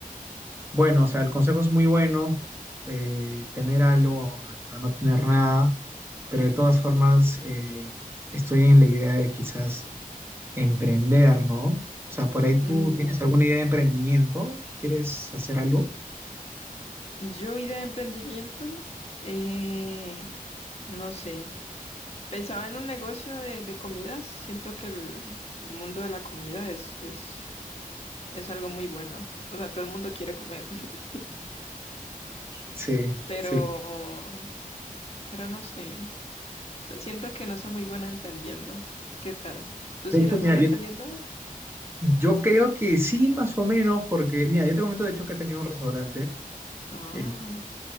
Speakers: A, on the right; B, on the left.
A: bueno, o sea, el consejo es muy bueno, eh, tener algo a, a no tener nada, pero de todas formas eh, estoy en la idea de quizás Emprender, ¿no? O sea, por ahí tú
B: Mm,
A: tienes alguna idea de emprendimiento, ¿quieres hacer algo?
B: yo idea de emprendimiento, eh, no sé. Pensaba en un negocio de, de comidas. Siento que el, el mundo de la comida es, es, es algo muy bueno. O sea, todo el mundo quiere comer, <laughs>
A: Sí,
B: pero,
A: sí.
B: pero no sé. O sea, siento que no soy muy buena emprendiendo. ¿Qué tal? ¿Tú
A: De
B: sí
A: hecho,
B: eres
A: mira,
B: bueno
A: yo,
B: emprendiendo?
A: yo creo que sí, más o menos, porque, mira, yo te comento de hecho que he tenido un restaurante
B: Ah,
A: eh,